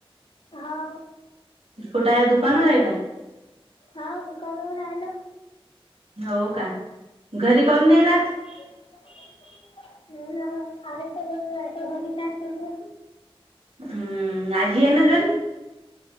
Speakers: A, on the left; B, on the right.
A: हांव.
B: कुठाय दुकानवर आहे का?
A: हा दुकानावर आहे ना.
B: हो का, घरी काऊन नाही राहात?
A: <unintelligible> आहे तो वर जायच घरी काय करु?
B: हम्म आजी आहे ना घरी.